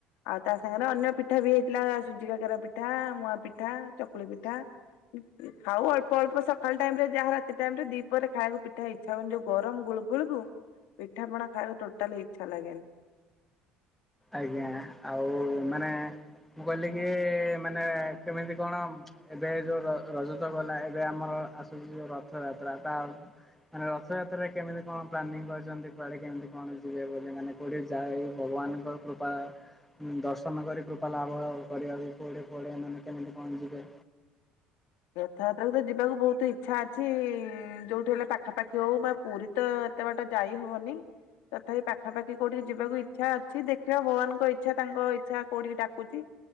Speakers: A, on the left; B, in the centre.
A: ଆଉ ତା ସାଙ୍ଗରେ ଅନ୍ୟ ପିଠା ବି ହେଇଥିଲା ସୁଜି କାକରା ପିଠା, ମୁହାଁ ପିଠା, ଚକୁଳି ପିଠା । ଖାଉ ଅଳ୍ପ ଅଳ୍ପ ସକାଳ ଟାଇମରେ ଯାହା ରାତି ଟାଇମ ରେ ଦ୍ଵିପହରେ ଖାଇବାକୁ ପିଠା ଇଛା ହୁଏନି । ଯୋଉ ଗରମ ଗୁଳଗୁଳକୁ ପିଠା ପଣା ଖାଇବାକୁ ଟୋଟାଲି ଇଚ୍ଛା ଲାଗେନି ।
B: ଆଜ୍ଞା । ଆଉ ମାନେ ମୁଁ କହିଲି କି ମାନେ କେମିତି କଣ ଏବେ ଯୋଉ ରଜ- ରଜ ତ ଗଲା । ଏବେ ଆମର ଆସୁଚି ଯୋଉ ରଥଯାତ୍ରା ତା ମାନେ ରଥଯାତ୍ରାରେ କେମିତି କଣ ପ୍ଲାନିଂ କରିଚନ୍ତି କୁଆଡେ କେମିତି କଣ ଯିବେ ବୋଲି ମାନେ ପଡ଼ି ଯାଏ ଭଗବାନଙ୍କ ର ଦର୍ଶନ କରି କୃପା ଲାଭ କରିବାକୁ କୁଆଡ଼େ କୁଆଡ଼େ ଏମାନେ କେମିତି କଣ ଯିବେ?
A: ରଥଯାତ୍ରାକୁ ତ ଯିବାକୁ ବହୁତ ଇଚ୍ଛା ଅଛି, ଯୋଉଠି ହେଲେ ପାଖାପାଖି ହଉ ବା ପୁରୀ ତ ଏତେ ବାଟ ଯାଇ ହବନି। ତଥାପି ପାଖାପାଖି କୋଉଠିକି ଯିବାକୁ ଇଚ୍ଛା ଅଛି ଦେଖିବା ଭଗବାନଙ୍କ ଇଚ୍ଛା ତାଙ୍କ ଇଚ୍ଛା କୋଉଠିକି ଡାକୁଛି।